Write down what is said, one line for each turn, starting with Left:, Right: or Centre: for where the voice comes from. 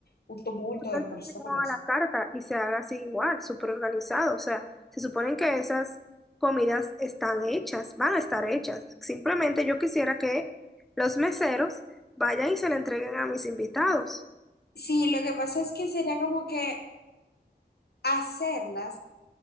Left: un tumulto
Centre: tanto
Left: de personas.
Centre: se haga a la carta y se haga así igual, súper organizado. O sea, se suponen que esas comidas están hechas, van a estar hechas. Simplemente yo quisiera que los meseros vayan y se la entreguen a mis invitados.
Left: Sí, lo que pasa es que sería como que hacerlas